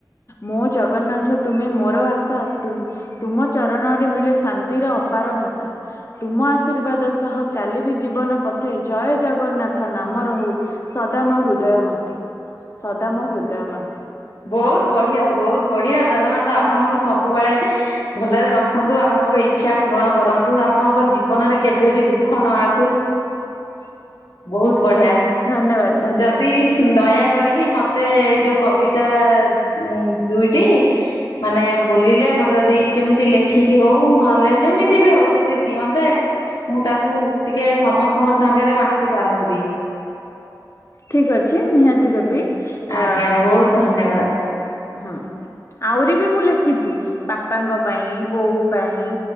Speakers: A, on the left; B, on the left.
A: ମୋ ଜଗନ୍ନାଥ ତୁମେ ମୋର ଆଶା, ତୁମ୍ ତୁମ ଚରଣରେ ମିଳେ ଶାନ୍ତିର ଅପାର ଭାଷା। ତୁମ ଆଶୀର୍ବାଦ ସହ ଚାଲିବି ଜୀବନ ପଥେ, ଜୟ ଜଗନ୍ନାଥ ନାମ ରହୁ ସଦା ମୋ ହୃଦୟ ମଧ୍ୟେ, ସଦା ମୋ ହୃଦୟ ମଧ୍ୟେ
B: ବହୁତ ବଢିଆ, ବହୁତ ବଢିଆ, ଜଗନ୍ନାଥ ଆପଣଙ୍କୁ ସବୁବେଳେ ଭଲରେ ରଖନ୍ତୁ, ଆପଣଙ୍କ ଇଛା ପୂରଣ କରନ୍ତୁ, ଆପଣଙ୍କ ଜୀବନରେ କେଭେ ବି ଦୁଃଖ ନ ଆସୁ।
A: <unintelligible>
B: ବହୁତ ବଢିଆ,
A: ଧନ୍ୟବାଦ ଧନ୍ୟବାଦ।
B: ଯଦି ଦୟା କରିକି, ମତେ ଯୋଉ କବି ତା ଉ ଦୁଇଟି, ମାନେ ବୋଲିଲେ, ମତେ ଯଦି କେମିତି ଲେଖିକି ହଉ, ନହେଲେ ଯେମିତି ବି ହଉ, ଯଦି ଯଦି ଦିଅନ୍ତେ, ମୁଁ ତାକୁ ଟିକେ ସମସ୍ତଙ୍କ ସାଙ୍ଗରେ ବାଣ୍ଟି ପାରନ୍ତି।
A: ଠିକ୍ ଅଛି, ନିହାତି ଦେବି, ଅ ଅ
B: ଆଜ୍ଞା ବହୁତ ଧନ୍ୟବାଦ।
A: ହୁଁ। ଆହୁରି ବି ମୁଁ ଲେଖିଚି, ବାପାଙ୍କ ପାଇଁ, ବୋଉ ପାଇଁ